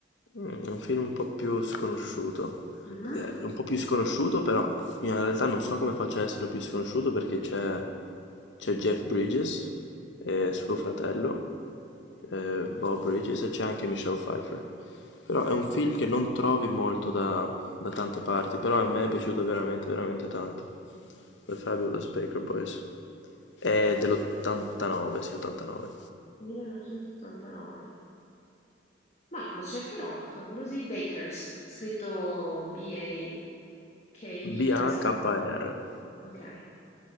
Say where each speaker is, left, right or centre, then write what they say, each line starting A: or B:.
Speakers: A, on the left; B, on the left.
A: Mm, è un film un po' più sconosciuto.
B: Mhm.
A: Eh, un po' più sconosciuto, però in realtà non so come faccia a essere più sconosciuto perché c'è c'è Jeff Bridges e suo fratello, eh, Bob Bridges, e c'è anche Michelle Pfeiffer. Però è un film che non trovi molto da, da tante parti, però a me è piaciuto veramente, veramente tanto. The Fabulous Baker Boys. È dell'89, sì, 89.
B: 1989. Ma lo cercherò. Favolosi Bakers, scritto B-A-K-E-S.
A: BAKR,
B: Ok.